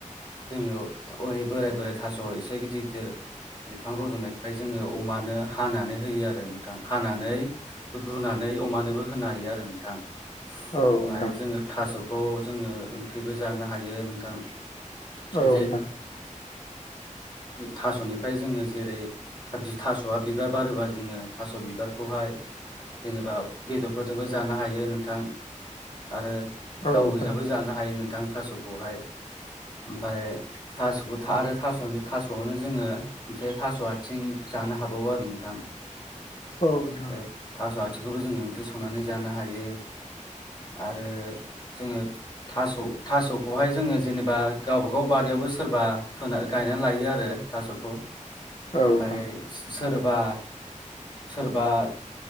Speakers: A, on the left; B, on the left.
A: जोङो अहै बोराय बोराय थास' एसे गिदिर गिदिर बिफां रज'नायफ्राय जोङो अमानो हानानै होयो आरो नोंथां हानानै रुनानै अमानोबो होनो हायो आरो नोंथां ओमफ्राय
B: औ नोंथां
A: जोङो थास'खौ जोङो ओंख्रिबो जानो हायो नोंथां।
B: औ
A: जे
B: नोंथां।
A: थास'निफ्राय जोङो जेरै थास'आ बिबार बारोबा जोङो थास' बिबारखौहाय जेनेबा बेदरफोरजोंबो जानो हायो नोंथां आरो
B: औ
A: गाव
B: नोंथां
A: गोजाबो जानो हायो नोंथां थास हाय ओमफ्राय थास'खौ आरो थास'नि थास'आवनो जोङो मोनसे थास' आथिं जानो हाबावो आरो नोंथां।
B: औ नोंथां
A: बे थास' आथिंखौबो जोङो ओंख्रि संनानै जानो हायो। आरो जोङो थास' थास'खौहाय जोङो जेनेबा गावबागाव बारियावबो सोरबा गायनानै लायो। बि आरो थास'खौ
B: औ
A: ओमफ्राय
B: नोंथां
A: सोरबा सोरबा-